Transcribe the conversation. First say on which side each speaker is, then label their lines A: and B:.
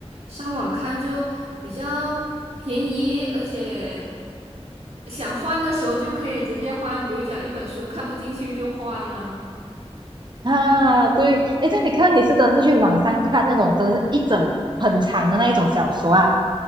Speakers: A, on the right (about 65°); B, on the right (about 45°).
A: 上网看就比较便宜，而且想换的时候就可以直接换，比如讲一本书看不进去就换了。
B: 啊，对，哎，这样你看，你是真的是去网上看那种，真的是一整很长的那一种小说啊？